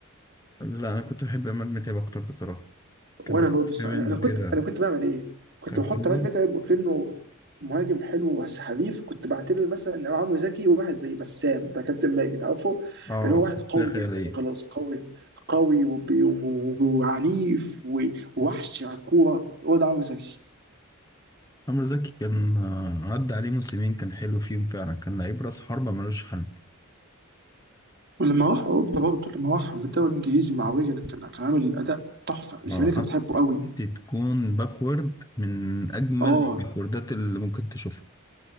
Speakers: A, on the left; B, on the right.
A: لا انا كنت بحب عماد متعب اكتر بصراحه
B: وانا
A: كان عارف
B: برضه صح
A: منه
B: انا انا كنت
A: كده
B: انا كنت بعمل ايه؟ كنت
A: كان
B: بحط
A: كان
B: عماد متعب وكانه مهاجم حلو بس حريف كنت بعتبر مثلا ان عمرو زكي واحد زي بسام بتاع كابتن ماجد عارفه
A: اه
B: ان هو واحد
A: شخصية
B: قوي
A: خيالية
B: جدا وخلاص قوي قوي وبي- و- وعنيف و- ووحش على الكوره هو ده عمرو زكي
A: عمرو زكي كان آه، عدى عليه موسمين كان حلو فيهم فعلا كان لعيب راس حربة ملوش حل
B: ولما راح اوروبا برضه لما راح الدوري الانجليزي مع ويجن كان كان عامل اداء تحفه الجماهير
A: اه
B: كانت بتحبه قوي
A: حتى تكون باكورد من أجمل
B: اه
A: الباكوردات اللي ممكن تشوفها